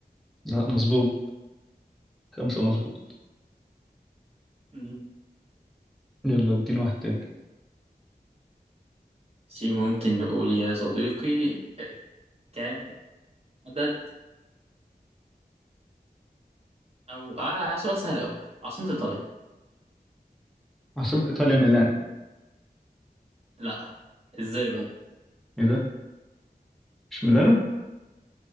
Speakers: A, in the centre; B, on the right (about 40°).
A: لا مظبوط خمسة مظبوط
B: مم.
A: يلا اديني واحد تاني
B: ماشي ممكن نقول يا صديقي كام عدد او آه سؤال سهل قوي عاصمه ايطاليا
A: عاصمة إيطاليا ميلانو
B: لا ازاي بقى
A: ايه ده مش ميلانو